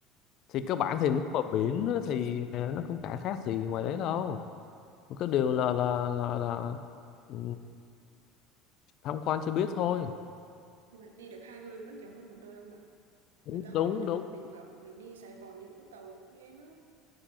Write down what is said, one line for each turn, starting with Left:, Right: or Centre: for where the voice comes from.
Left: thì
Right: ừ,
Left: cơ bản
Right: cũng
Left: thì nước
Right: hợp
Left: mà
Right: lý.
Left: biển á thì ờ, nó cũng chả khác gì ngoài đấy đâu có điều là là là, là ừ, tham quan chưa biết thôi
Right: nhưng mà đi được hai nơi vẫn nhiều hơn một nơi ông ạ
Left: đúng
Right: người ta hỏi
Left: đúng
Right: đi đâu
Left: đúng
Right: thì mình bảo mình đi Sài Gòn đi Vũng Tàu nghe nó